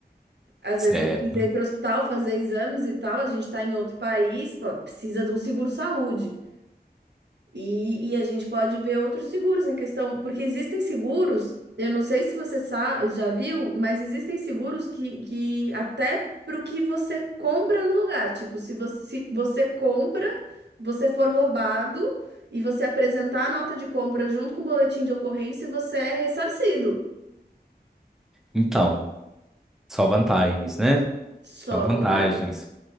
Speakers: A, on the right (about 85°); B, in the centre.
A: Às
B: Certo.
A: vezes você precisa ir para o hospital fazer exames e tal, a gente está em outro país, pô, precisa de um seguro-saúde. E, e a gente pode ver outros seguros em questão, porque existem seguros, eu não sei se você sa- já viu, mas existem seguros que, que até para o que você compra no lugar. Tipo, se você, se você compra, você for roubado e você apresentar a nota de compra junto com o boletim de ocorrência, você é ressarcido.
B: Então, só vantagens, né?
A: Só
B: Só vantagens.
A: vantagem.